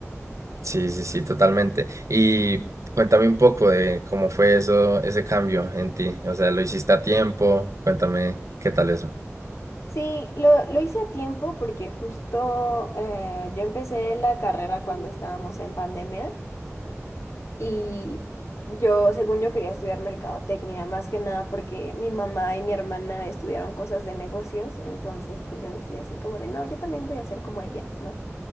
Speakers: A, on the right; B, on the left.
A: Sí, sí, sí, totalmente. Y cuéntame un poco de cómo fue eso, ese cambio en ti. O sea, ¿lo hiciste a tiempo? Cuéntame qué tal eso. <laughs>
B: Sí, lo, lo hice a tiempo porque justo eh, yo empecé la carrera cuando estábamos en pandemia y yo, según yo, quería estudiar mercadotecnia, más que nada porque mi mamá y mi hermana estudiaron cosas de negocios, entonces pues yo decía así como de, no, yo también voy a ser como ellas, ¿no?